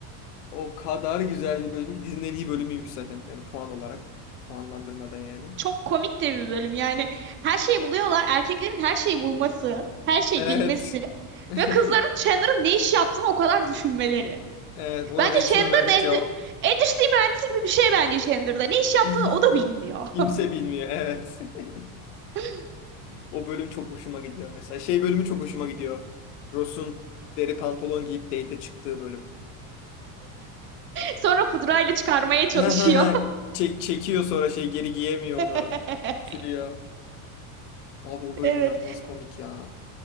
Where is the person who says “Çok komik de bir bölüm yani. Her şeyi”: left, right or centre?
Right